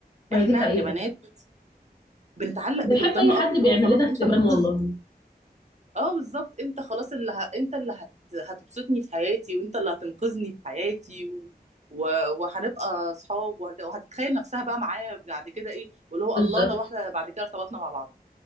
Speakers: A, on the left; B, on the right.
A: ما
B: احنا
A: هي دي حقيقة
B: كبنات بنتعلق
A: بنحب
B: باللي قدامنا
A: اي حد
B: اكتر اللي
A: بيعمل
B: هو خلاص
A: لنا اهتمام
B: انت منقذني
A: والله
B: اه بالظبط انت خلاص اللي ه... انت اللي هت... هتبسطني في حياتي وانت اللي هتنقذني في حياتي و... و... وهنبقى اصحاب وهك... وهتتخيل نفسها بقى معايا بعد كده ايه واللي هو
A: بالظبط
B: الله لو احنا بعد كده ارتبطنا مع بعض